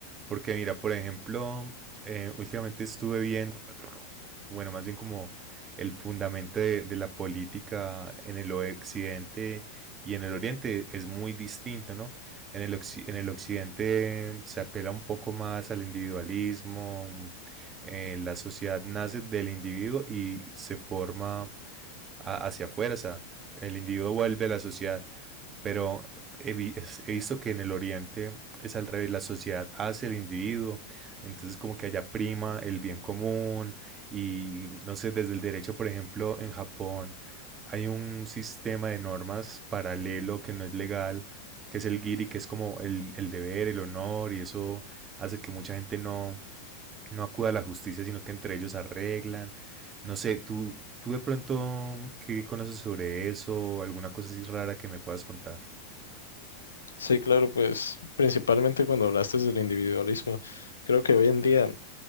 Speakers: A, on the right (about 25°); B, on the left (about 90°).
A: Porque mira, por ejemplo, eh, últimamente estuve viendo, bueno, más bien como el fundamento de, de la política en el occidente y en el oriente es muy distinto, ¿no? En el, occi- en el occidente se apela un poco más al individualismo, un- eh, la sociedad nace del individuo y se forma a- hacia afuera, o sea, el individuo vuelve a la sociedad. Pero he, vi- es- he visto que en el Oriente es al revés, la sociedad hace el individuo, entonces como que allá prima el bien común y no sé, desde el derecho, por ejemplo, en Japón hay un sistema de normas paralelo que no es legal, que es el giri, que es como el, el deber, el honor y eso hace que mucha gente no, no acuda a la justicia, sino que entre ellos arreglan. No sé, tú, tú de pronto, ¿qué conoces sobre eso? ¿Alguna cosa así rara que me puedas contar?
B: Sí, claro, pues principalmente cuando hablaste del individualismo, creo que hoy en día